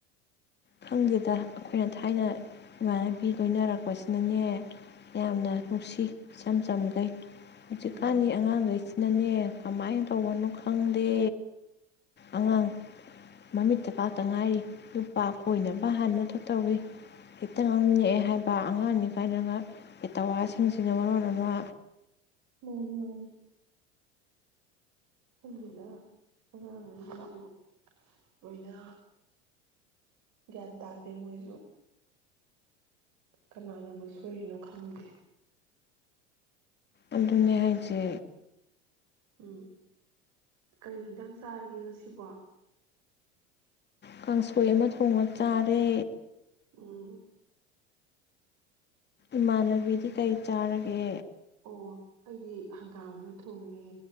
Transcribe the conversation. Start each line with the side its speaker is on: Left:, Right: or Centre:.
Left: ꯈꯪꯗꯦꯗ ꯑꯩꯈꯣꯏꯅ ꯊꯥꯏꯅ ꯏꯃꯥꯟꯅꯕꯤ ꯂꯣꯏꯅꯔꯛꯄꯁꯤꯅꯅꯦ ꯌꯥꯝꯅ
Right: ꯎꯝ
Left: ꯅꯨꯡꯁꯤ ꯏꯆꯝꯆꯝꯒꯩ ꯍꯧꯖꯤꯛꯀꯥꯟꯒꯤ
Right: ꯎꯝ
Left: ꯑꯉꯥꯡꯒꯩꯁꯤ ꯅꯅꯦ ꯀꯃꯥꯏꯅ ꯇꯧꯕꯅꯣ ꯈꯪꯗꯦ ꯑꯉꯥꯡ ꯃꯃꯤꯠ <unintelligible> ꯉꯥꯏꯔꯤ <unintelligible> ꯑꯣꯏꯅꯕ ꯍꯥꯟꯅ <unintelligible> ꯇꯧꯋꯤ ꯍꯦꯛꯇ ꯉꯥꯡꯅꯤꯡꯉꯛꯑꯦ
Right: ꯎꯝ
Left: ꯍꯥꯏꯕ ꯑꯉꯥꯡꯅꯤ <unintelligible> ꯄꯦꯇꯋꯥꯁꯤꯡꯁꯤꯅ ꯃꯔꯣꯟ ꯑꯃ
Right: ꯃꯥꯅꯦ ꯃꯥꯅꯦ <unintelligible> ꯑꯉꯥꯡꯉꯩꯁꯤꯡꯁꯨ ꯂꯣꯏꯅ ꯒ꯭ꯌꯥꯟ ꯇꯥꯗꯦ ꯃꯣꯏꯁꯨ ꯀꯅꯥꯅꯕꯨ ꯁꯣꯏꯔꯤꯅꯣ ꯈꯪꯗꯦ
Left: ꯑꯗꯨꯅꯦ ꯍꯥꯏꯁꯦ
Right: ꯎꯝ ꯀꯔꯤ ꯍꯤꯡꯖꯥꯡ ꯆꯥꯔꯒꯦ ꯉꯁꯤꯕꯣ
Left: ꯀꯥꯡꯁꯣꯏ ꯑꯃ ꯊꯣꯡꯉꯥ ꯆꯥꯔꯦ
Right: ꯎꯝ
Left: ꯏꯃꯥꯟꯅꯕꯤꯗꯤ ꯀꯩ ꯆꯥꯔꯒꯦ
Right: ꯑꯣ ꯑꯩꯗꯤ ꯍꯪꯒꯥꯝ ꯑꯃ ꯊꯣꯡꯉꯦ